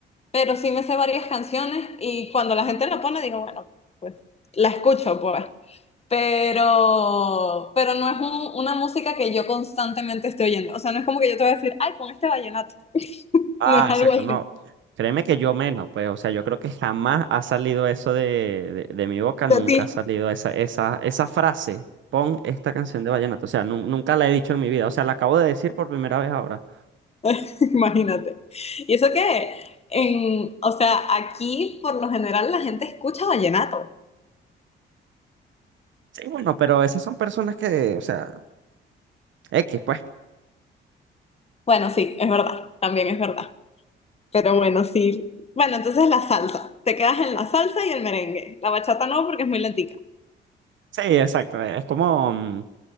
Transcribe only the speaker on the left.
pero sí me sé varias canciones y cuando la gente lo pone digo, bueno, pues la escucho, pues. Pero, pero no es un- una música que yo constantemente esté oyendo. O sea, no es como que yo te voy a decir, ay, pon este vallenato. <laughs>
No es
algo así.
De ti,
<laughs> imagínate. Y eso que, en, o sea, aquí por lo general la gente escucha vallenato.
Bueno, sí, es verdad, también es verdad. Pero bueno, sí. Bueno, entonces la salsa. Te quedas en la salsa y el merengue. La bachata no, porque es muy lentica.